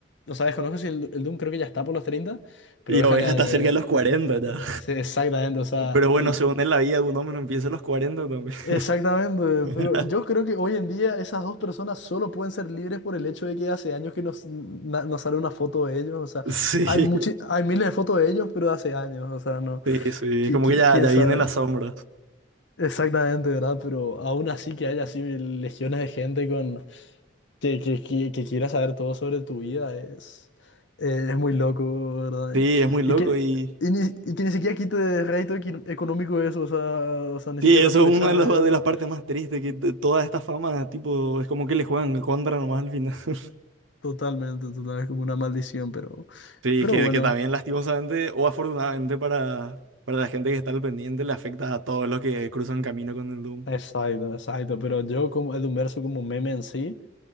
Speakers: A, on the left; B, on the right.
A: o sea, desconozco si el, el Doom creo que ya está por los 30, pero
B: Y
A: Oveja
B: Oveja
A: ya,
B: está
A: ya-
B: cerca
A: ya-
B: de los 40 ya.
A: sí, exactamente, o sea,
B: Pero bueno,
A: y...
B: según en la vida de un hombre no empieza a los 40 también.
A: Exactamente,
B: <laughs>
A: pero yo creo que hoy en día esas dos personas solo pueden ser libres por el hecho de que hace años que nos, na- nos sale una foto de ellos, o sea,
B: Sí,
A: hay muchi- hay miles de fotos de ellos, pero de hace años, o sea, no.
B: sí, sí.
A: qui-
B: Es como
A: qui-
B: que ya,
A: quién
B: ya viene
A: sabe
B: en las sombras.
A: exactamente, ¿verdad? Pero aún así que haya así legiones de gente con que, que, que, que quiera saber todo sobre tu vida es, eh, es muy loco, ¿verdad?
B: Sí, es muy loco
A: Y, y que,
B: y...
A: y, ni, y que ni siquiera quite rédito equi- económico eso, o sea, o sea, ni
B: Sí,
A: siquiera
B: eso
A: te aprovechas
B: es una de las,
A: de eso.
B: de las partes más tristes, que de toda esta fama, tipo, es como que le juegan en contra nomás al final. <laughs>
A: Totalmente, total, es como una maldición, pero,
B: Sí,
A: pero
B: que,
A: bueno.
B: que también lastimosamente o afortunadamente para, para la gente que está al pendiente le afecta a todos los que cruzan camino con el Doom.
A: Exacto, exacto, pero yo como el Humberso como meme en sí,